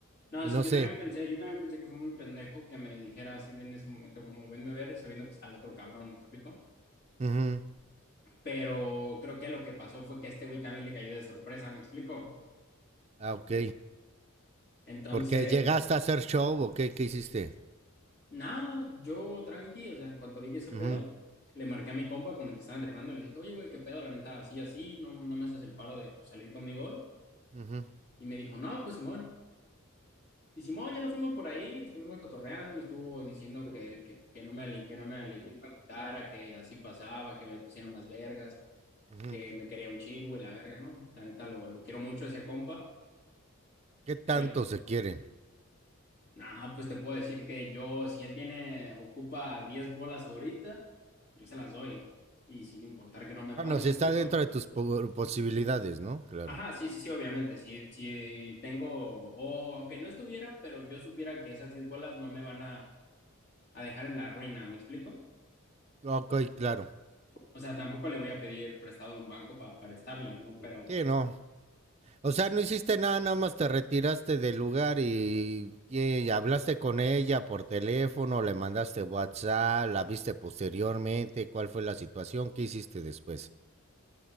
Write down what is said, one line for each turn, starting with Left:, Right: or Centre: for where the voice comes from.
Left: No,
Right: no
Left: sí, yo
Right: sé.
Left: también pensé, yo también pensé que fue muy pendejo que me dijera así de en ese momento, como venme a ver, sabiendo que está el otro cabrón, ¿me explico?
Right: Ujú.
Left: Pero creo que lo que pasó fue que este güey también le cayó de sorpresa, ¿me explico?
Right: Ah, ok.
Left: Entonces,
Right: Porque llegaste a hacer show o qué, qué hiciste.
Left: nada, yo tranqui, o sea, en cuanto vi que ese
Right: Ujú,
Left: pedo, le marqué a mi compa con el que estaba entrenando y le dije, oye, güey, qué pedo, la neta, así, así, no, no me haces el paro de pues, salir conmigo hoy.
Right: ujú,
Left: Y me dijo, no, pues Simón. Y Simón, ya nos fuimos por ahí, estuvimos cotorreando, me estuvo diciendo que, que, que no me, ale- que no me ale- que me gustara, que así pasaba, que me pusiera más vergas,
Right: ujú.
Left: que me quería un chingo y la verga, ¿no? La neta, lo, lo quiero mucho a ese compa.
Right: ¿Qué tanto
Left: Que, ahorita-
Right: se quieren?
Left: nah, pues te puedo decir que yo, si él tiene, ocupa 10 bolas ahorita, yo se las doy. Y sin importar que no me
Right: Bueno,
Left: paguen,
Right: si
Left: ¿me explico?
Right: está dentro de tus posibilidades, ¿no? Claro.
Left: Ajá, sí, sí, sí, obviamente, si, si tengo, o aunque no estuviera, pero yo supiera que esas 10 bolas no me van a, a dejar en la ruina, ¿me explico?
Right: Ok, claro.
Left: O sea, tampoco le voy a pedir prestado a un banco para prestarle, ¿no? Pero,
Right: Sí, no. O sea, no hiciste nada, nada más te retiraste del lugar y, y hablaste con ella por teléfono, le mandaste WhatsApp, la viste posteriormente, cuál fue la situación, qué hiciste después.